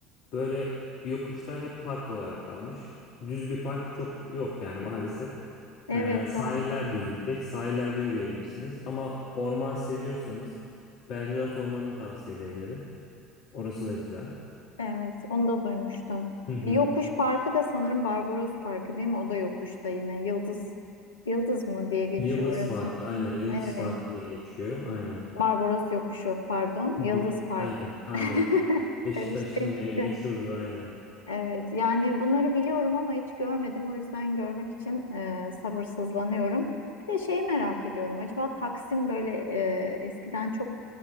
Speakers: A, on the left; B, on the left.
A: Böyle yokuşlar hep park olarak kalmış. Düz bir park çok yok yani <laughs> maalesef.
B: Evet,
A: E, sahiller
B: doğru.
A: düz bir tek. Sahillerde yürüyebilirsiniz. Ama orman seviyorsanız Belgrad Ormanı'nı tavsiye edebilirim. Orası da güzel.
B: Evet, onu da duymuştum.
A: Hı hı.
B: Bir yokuş parkı da sanırım Barbaros Parkı değil mi? O da yokuşta yine. Yıldız Yıldız mı diye geçiyor
A: Yıldız
B: orası.
A: Parkı aynen Yıldız
B: Evet.
A: Parkı diye geçiyor aynen.
B: Barbaros Yokuşu, pardon.
A: Hı
B: Yıldız
A: hı.
B: Parkı.
A: Aynen aynen.
B: <laughs>
A: Beşiktaş'ta
B: Karıştı
A: me-
B: ikisi.
A: meşhurdur aynen.
B: Evet, yani bunları biliyorum ama hiç görmedim. O yüzden görmek için e, sabırsızlanıyorum. Bir de şeyi merak ediyorum. Acaba Taksim böyle e, eskiden çok